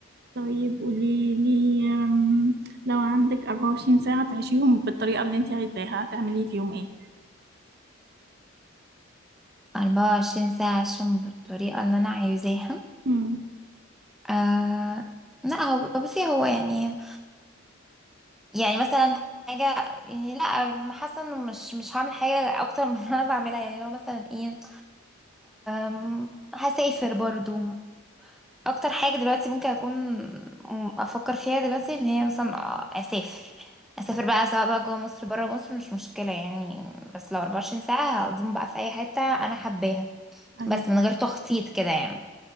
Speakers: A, on the right; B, in the centre.
A: طيب قولي لي أم، لو عندك 24 ساعة تعيشيهم بالطريقة اللي انت عايزاها هتعملي فيهم ايه؟
B: أربعة وعشرين ساعة عشان بالطريقة اللي أنا عايزاها
A: امم
B: آه لا هو بصي هو يعني يعني مثلا حاجة يعني لا حاسة إنه مش مش هعمل حاجة أكتر من اللي أنا بعملها يعني لو مثلا إيه آم، هسافر برضو أكتر حاجة دلوقتي ممكن أكون أفكر فيها دلوقتي إن هي مثلا آه، أسافر أسافر بقى سواء بقى جوه مصر بره مصر مش مشكلة يعني بس لو 24 ساعة هقضيهم بقى في أي حتة أنا حباها
A: ايوه
B: بس من غير تخطيط كده يعني